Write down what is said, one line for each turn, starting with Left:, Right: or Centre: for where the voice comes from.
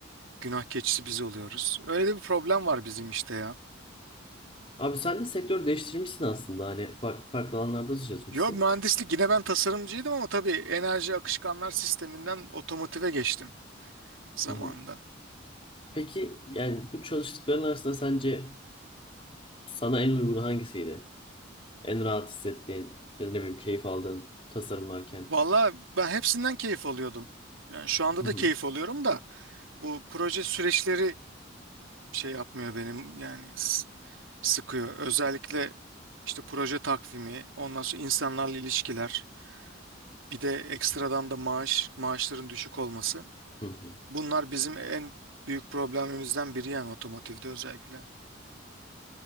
Right: Günah keçisi biz oluyoruz. Öyle de bir problem var bizim işte ya.
Left: Abi sen de sektör değiştirmişsin aslında hani farklı, farklı alanlarda da çalışmışsın.
Right: Yo mühendislik yine ben tasarımcıydım ama tabii enerji akışkanlar sisteminden otomotive geçtim zamanında.
Left: Hı hı. Peki yani bu çalıştıkların arasında sence sana en uygun hangisiydi? En rahat hissettiğin ya da ne bileyim keyif aldığın tasarımlarken.
Right: Valla ben hepsinden keyif alıyordum. Yani şu anda
Left: Hı
Right: da
Left: hı.
Right: keyif alıyorum da bu proje süreçleri şey yapmıyor benim yani s- sıkıyor. Özellikle işte proje takvimi, ondan sonra insanlarla ilişkiler, bir de ekstradan da maaş, maaşların düşük olması.
Left: Hı hı.
Right: Bunlar bizim en büyük problemimizden biri yani otomotivde özellikle.